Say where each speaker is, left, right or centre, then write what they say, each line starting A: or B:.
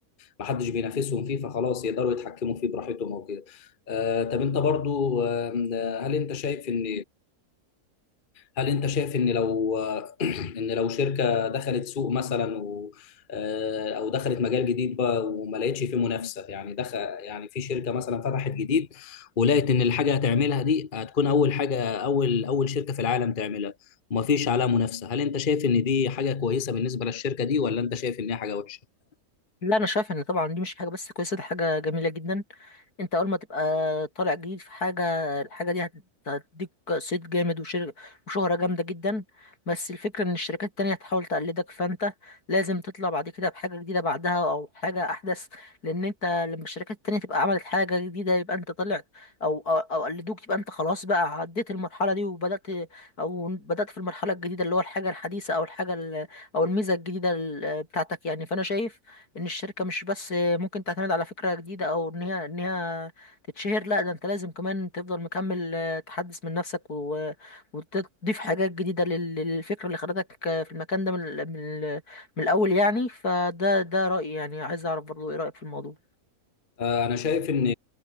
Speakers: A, on the left; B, on the left.
A: ما حدش بينافسهم فيه فخلاص يقدروا يتحكموا فيه براحتهم او كده آه، طب انت برضو آه، هل انت شايف ان هل انت شايف ان لو آه، ان لو شركة دخلت سوق مثلا و آه، او دخلت مجال جديد بقى وما لقيتش فيه منافسة يعني دخل يعني في شركة مثلا فتحت جديد ولقيت ان الحاجة هتعملها دي هتكون اول حاجة اول اول شركة في العالم تعملها وما فيش عليها منافسة هل انت شايف ان دي حاجة كويسة بالنسبة للشركة دي ولا انت شايف ان هي حاجة وحشة
B: لا انا شايف ان طبعا دي مش حاجه بس كويسه دي حاجه جميله جدا انت اول ما تبقى طالع جديد في حاجه الحاجه دي هت- هتديك صيت جامد وشر... وشهره جامده جدا بس الفكره ان الشركات التانية هتحاول تقلدك فانت لازم تطلع بعد كده بحاجه جديده بعدها او حاجه احدث لان انت لما الشركات التانية تبقى عملت حاجه جديده يبقى انت طلع او او, أو قلدوك يبقى انت خلاص بقى عديت المرحله دي وبدات او بدات في المرحله الجديده اللي هو الحاجه الحديثه او الحاجه ال- او الميزه الجديده ال- بتاعتك يعني فانا شايف ان الشركه مش بس ممكن تعتمد على فكره جديده او ان هي ان هي تتشهر لا ده انت لازم كمان تفضل مكمل آه، تحدث من نفسك و... وتضيف حاجات جديده لل- للفكره اللي خدتك آه، في المكان ده من ال- من ال- من الاول يعني فده ده رايي يعني عايز اعرف برضو ايه رايك في الموضوع
A: آه، انا شايف ان